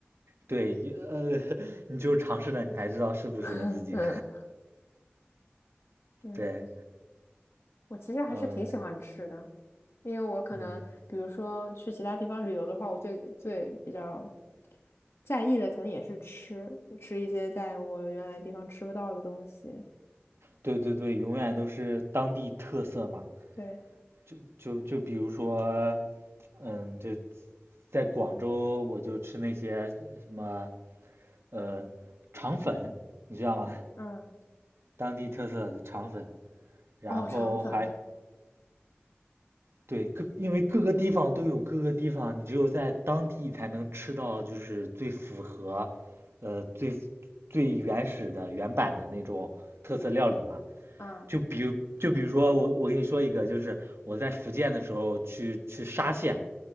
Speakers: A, on the right; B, on the left.
A: 对，你呃，<laughs> 你就有尝试了，你才知道适不适合自己。
B: <laughs> 嗯嗯，
A: 对，
B: 我其实还是挺喜欢吃的，
A: 嗯
B: 因为我可能比如说去其他地方旅游的话，
A: 嗯，
B: 我最最比较在意的可能也是吃，吃一些在我原来地方吃不到的东西。
A: 对对对，永远都是当地特色嘛。
B: 对，
A: 就就就比如说，嗯，就。在广州我就吃那些什么呃肠粉，你知道吗？
B: 嗯，
A: 当地特色的肠粉，然后还
B: 哦，肠粉，
A: 对各因为各个地方都有各个地方，你只有在当地才能吃到就是最符合呃最最原始的原版的那种特色料理嘛。
B: 嗯，
A: 就比如就比如说我我跟你说一个，就是我在福建的时候去去沙县